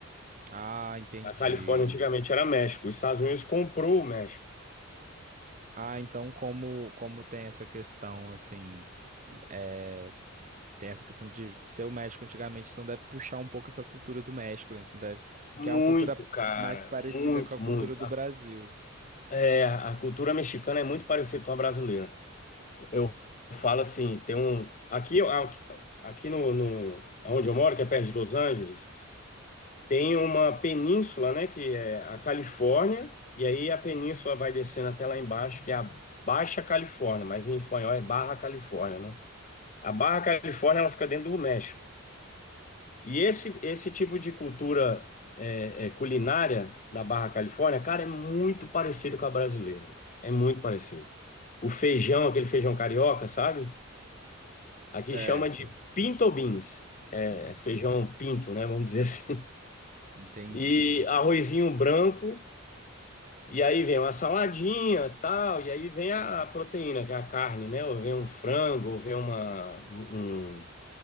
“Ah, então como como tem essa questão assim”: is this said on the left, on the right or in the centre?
Right